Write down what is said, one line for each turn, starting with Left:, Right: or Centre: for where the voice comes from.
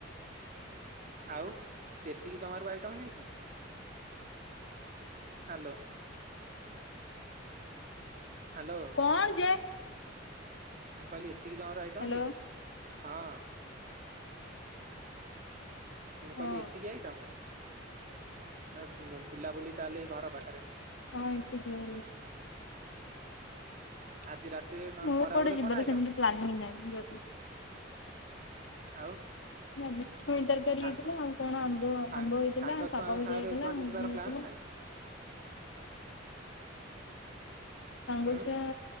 Right: ଆଉ ଯେତିକି ଜମାରୁ ଆଇଟମ ହେଇଛି ହ୍ୟାଲୋ ହ୍ୟାଲୋ
Left: କଣ ଯେ
Right: ମୁଁ କାଲି ଟତିକି ଜଣର
Left: ହ୍ୟାଲୋ
Right: ଆଇଟମ୍ ହେଇଯ ହଁ ମୁଁ
Left: ହଁ
Right: କହିଲି ଏତିକି ଆଇଟମ ନା ବୁଲାବୁଲି ତାହେଲେ ଘର କ
Left: ହଁ ଏତିକ
Right: ଆଜି ରାତିରେ କଣ
Left: ମୁଁ
Right: ଖରା
Left: କୋଉଠି
Right: ବେଳେ
Left: ଯିବାର
Right: କଣ ଆଇଟମ
Left: ସେମିତି ପ୍ଲାନିଂ ନାହିଁ
Right: ଆଉ
Left: ଯିୁ ତରକାରୀ
Right: ସାଙ୍ଗ
Left: ହେଇଥିଲା ଆଉ କଣ ଆମ୍ବ
Right: ସାଙ୍ଗ
Left: ଆମ୍ବ ହେଇଥିଲା
Right: ସାଙ୍ଗ
Left: ଶାଗ
Right: ଛୁଆଙ୍କ
Left: ଭଜା
Right: ସାଙ୍ଗରେ
Left: ହେଇଥିଲା
Right: କୁଆଡେ
Left: ହେଇଥିଲା
Right: ଯିବାର ପ୍ଲାନ ନାହିଁ।
Left: ସଙ୍ଗୁଛ
Right: ହୁଁ
Left: ସେ